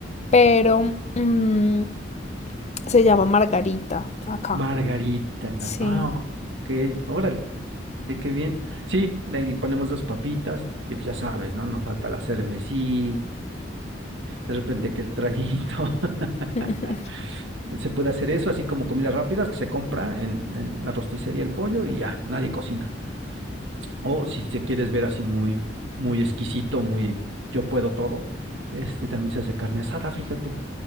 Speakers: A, on the left; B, on the right.
A: pero mm, se llama margarita acá.
B: Margarita.
A: Sí.
B: Ah, ok. Órale, qué bien. Sí, de ahí ponemos dos papitas y pues ya sabes, ¿no? No falta la cervecita, de repente que el traguito. <laughs>
A: <laughs>
B: Se puede hacer eso, así como comidas rápidas que se compra en, en la rosticería el pollo y ya, nadie cocina. O si te quieres ver así muy, muy exquisito, muy yo puedo todo, este también se hace carne asada, fíjate.